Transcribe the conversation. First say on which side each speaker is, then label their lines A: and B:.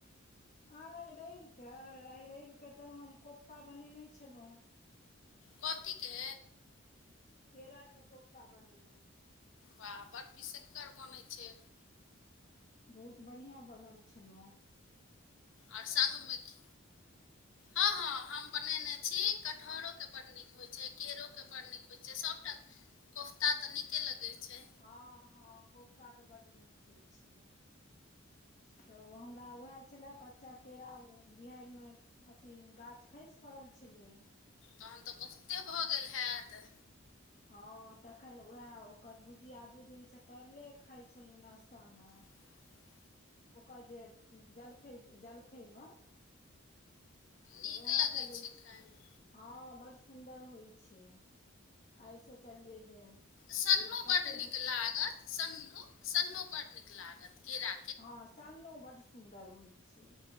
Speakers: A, on the left (about 35°); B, on the left (about 70°).
A: आय रैब के आय रैब के तऽ हम कोफ्ता बनेनै छलौ।
B: कथी के।
A: केरा के कोफ्ता बनेलौ।
B: बा बड़ बिसक्कर बनै छै।
A: बहुत बढ़ियां बनल छलाए।
B: और संग मे की हां-हां हम ब नेनै छी कटहरो के बड़ नीक होय छै, केरो के बड़ नीक होय छै सबटा कोफ्ता तऽ नीके लगै छै।
A: हां-हां कोफ्ता तऽ बड नीक होय छै। तऽ उ हमरा उहाए छला कच्चा केरा उ बिहाएर मे अथी गाछ खैस पड़ल छलै।
B: तहन तऽ बहुते भऽ गेल हाएत।
A: हां तखन उहाए ओकर भुजिया दू दिन से तरले खाय छलु नास्ता मे।
B: <inaudible>
A: ओकर जे उम्म जलखै, जलखै मे से
B: नीक
A: उहाए
B: लगै
A: चलै छै।
B: खायमे
A: हां बड़ सुन्दर होय छै, आय सोचलियै जे
B: सन्नो
A: आब कते
B: बड नीक लागत सन्नो, सन्नो बड नीक लागत केरा
A: हां सन्नो बड सुन्दर होय छै।